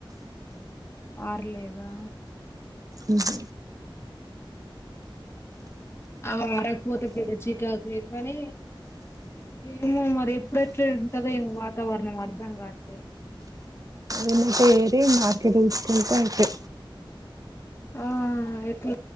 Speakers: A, on the left; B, on the right.
A: ఆర్లేదా
B: ఉమ్
A: అవి ఆరకపోతే కదా చిరాకు కానీ ఏమో మరి ఎప్పుడెట్లా ఉంటదో ఏమో వాతావరణం అర్ధం కాదు
B: ఇదంతా ఏరి మార్కెట్ తీసుకెళ్తే అయితే
A: ఆ ఎట్లా